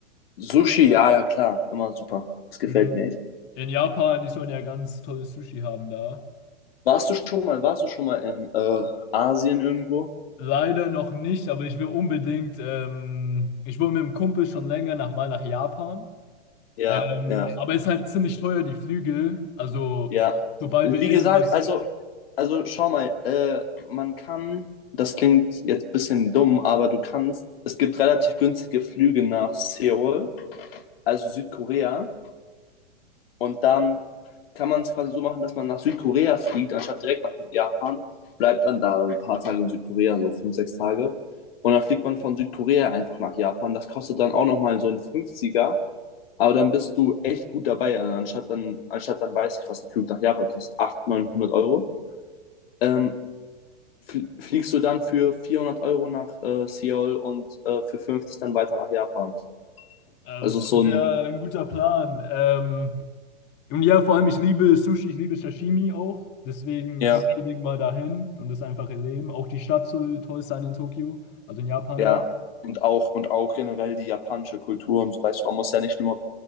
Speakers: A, on the left; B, on the left.
A: Sushi, ja, ja, klar, immer super. Das gefällt
B: Mhm.
A: mir echt.
B: In Japan, die sollen ja ganz tolles Sushi haben da.
A: Warst du schon mal, warst du schon mal in äh, Asien irgendwo?
B: Leider noch nicht, aber ich will unbedingt, ähm, ich will mit dem Kumpel schon länger nach, mal nach Japan.
A: Ja,
B: Ähm,
A: ja,
B: aber es ist halt ziemlich teuer, die Flüge. Also,
A: ja.
B: sobald
A: Wie
B: wir irgendwas,
A: gesagt, also, also schau mal, äh, man kann, das klingt jetzt ein bisschen dumm, aber du kannst, es gibt relativ günstige Flüge nach Seoul, also Südkorea, und dann kann man es quasi so machen, dass man nach Südkorea fliegt, anstatt direkt nach Japan, bleibt dann da ein paar Tage in Südkorea, so fünf, sechs Tage, und dann fliegt man von Südkorea einfach nach Japan. Das kostet dann auch nochmal so ein Fünfziger. Aber dann bist du echt gut dabei. Also Anstatt dann, anstatt dann weiß ich, was ein Flug nach Japan kostet, 800, 900 Euro, ähm, fl- fliegst du dann für 400 Euro nach äh, Seoul und äh, für 50 dann weiter nach Japan.
B: äh,
A: Also
B: das
A: so
B: ist
A: ein,
B: ja ein guter Plan. Ähm, und ja, vor allem, ich liebe Sushi, ich liebe Sashimi auch. Deswegen,
A: Ja,
B: ich will unbedingt mal dahin und das einfach erleben. Auch die Stadt soll toll sein in Tokio, also in Japan
A: ja,
B: da.
A: und auch, und auch generell die japanische Kultur und so, weißt du, man muss ja nicht nur